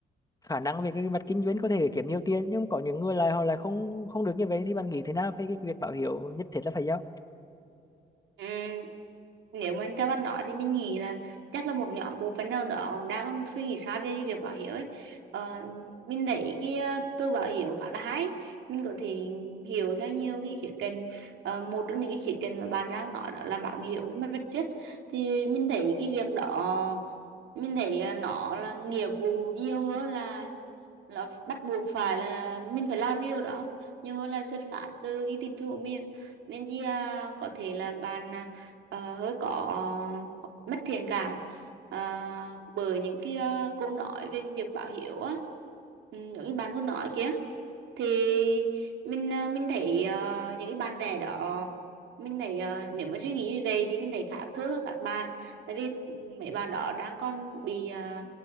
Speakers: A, on the left; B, on the right.
A: khả năng về cái mặt kinh doanh có thể kiếm nhiều tiền nhưng có những người lại họ lại không không được như vậy thì bạn nghĩ thế nào về cái việc báo hiếu nhất thiết là phải giao
B: Ừm, nếu mà theo bạn nói thì mình nghĩ là chắc là một nhóm bộ phận nào đó đang suy nghĩ sai về việc báo hiếu ấy ờ, mình thấy cái ờ, từ báo hiếu khá là hay mình có thể hiểu theo nhiều cái khía cạnh Ờ, một trong những cái khía cạnh mà bạn đang nói đó là báo hiếu với mặt vật chất thì mình thấy cái việc đó mình thấy à, nó là nghĩa vụ nhiều hơn là là bắt buộc phải là mình phải làm cái điều đó nhiều hơn là xuất phát từ cái tình thương của mình nên chi à, có thể là bạn à, ờ, hơi có mất thiện cảm à, bởi những cái à, câu nói về cái việc báo hiếu á ừ, giống như bạn vừa nói kia thì mình ờ, mình thấy ờ, những cái bạn trẻ đó mình thấy ờ, nếu mà suy nghĩ như vậy thì mình thấy khá thương các bạn tại vì mấy bạn đó đang còn bị ờ,